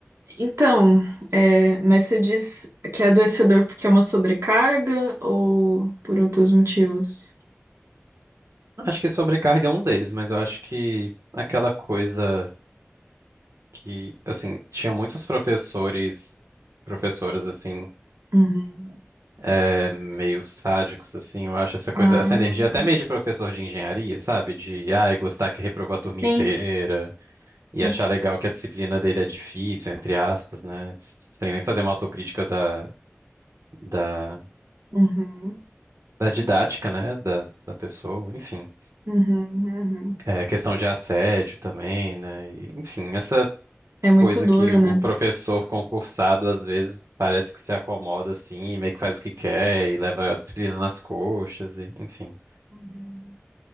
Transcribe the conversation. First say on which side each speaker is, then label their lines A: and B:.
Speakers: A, on the right (about 65°); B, on the right (about 80°).
A: Então, é, mas você diz que é adoecedor porque é uma sobrecarga ou por outros motivos?
B: Acho que sobrecarga é um deles, mas eu acho que aquela coisa que, assim, tinha muitos professores, professoras, assim,
A: Uhum.
B: é, meio sádicos, assim, eu acho essa coisa,
A: Ah,
B: essa energia até meio de professor de engenharia, sabe? De, ai, gostar que reprovou a turma
A: sim.
B: inteira. E
A: Uhum.
B: achar legal que a disciplina dele é difícil, entre aspas, né? Sem nem fazer uma autocrítica da, da,
A: Uhum.
B: da didática, né? Da, da pessoa, enfim.
A: Uhum. Uhum.
B: É, questão de assédio também, né? E, enfim, essa
A: É muito
B: coisa
A: duro,
B: que o
A: né?
B: professor concursado, às vezes, parece que se acomoda assim, meio que faz o que quer e leva a disciplina nas coxas, e, enfim.
A: Uhum.